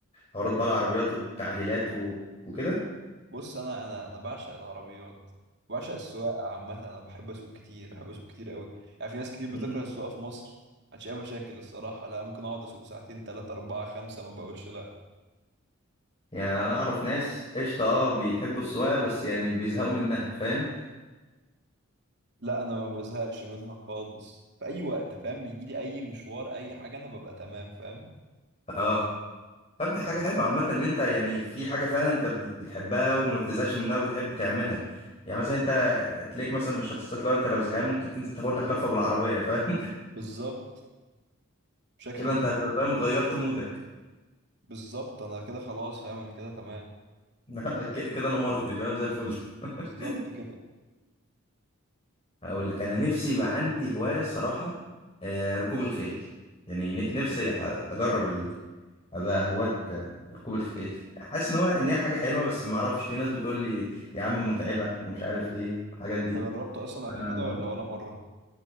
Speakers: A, on the left; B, on the right.
A: حوارات بقى العربيات والتعديلات و... وكده
B: بص انا انا انا بعشق العربيات بعشق السواقه عامه انا بحب اسوق كتير بحب اسوق كتير قوي يعني في ناس كتير بتكره
A: امم
B: السواقه في مصر عشان اي مشاكل الصراحه لا ممكن اقعد اسوق ساعتين ثلاثه اربعه خمسه ما بقولش لا
A: يعني انا اعرف ناس قشطه اه بيحبوا السواقه بس يعني بيزهقوا منها فاهم
B: لا انا ما بزهقش منها خالص في اي وقت فاهم بيجي لي اي مشوار اي حاجه انا ببقى تمام فاهم
A: اه طب دي حاجه
B: لا.
A: حلوه عامه ان انت يعني في حاجه فعلا انت بت- بتحبها وما بتزهقش منها وبتحب تعملها يعني مثلا انت تلاقيك مثلا من الشخصيات لو انت لو زهقان ممكن تنزل تاخد لك لفه بالعربيه فاهم
B: بالظبط
A: <laughs>
B: بشكل
A: كده
B: كبير
A: انت هتبقى
B: جدا
A: فاهم غيرت مودك
B: بالظبط انا كده خلاص فاهم انا كده تمام
A: <laughs> ك- كده انا مرضي فاهم زي الفل
B: بالظبط
A: <laughs>
B: كده
A: اقول لك انا نفسي يبقى عندي هوايه الصراحه آه، ركوب الخيل يعني ن- نفسي أ- اجرب ابقى هواة ركوب الخيل حاسس ان هو ان هي حاجه حلوه بس ما اعرفش في ناس بتقول لي يا عم متعبه ومش عارف ايه الحاجات دي
B: جربته اصلا قبل
A: انا
B: كده
A: ما
B: ولا
A: اعرفش
B: ولا مره